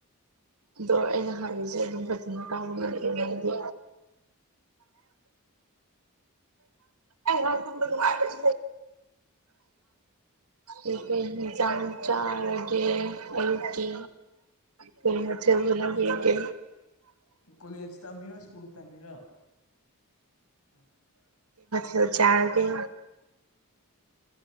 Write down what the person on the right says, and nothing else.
ꯑꯗꯣ ꯑꯩꯅ ꯍꯥꯏꯔꯤꯁꯦ ꯑꯗꯨꯝ ꯐꯖꯅ ꯀꯥꯕ ꯉꯝꯗꯦꯗꯤ ꯑꯅꯥ ꯊꯨꯝꯗꯪ ꯑꯩ ꯀꯩ ꯍꯖꯝ ꯆꯥꯔꯒꯦ ꯑꯩꯀꯤ ꯐꯃꯂꯒꯦ
ꯑꯗꯨ ꯆꯔꯒꯦ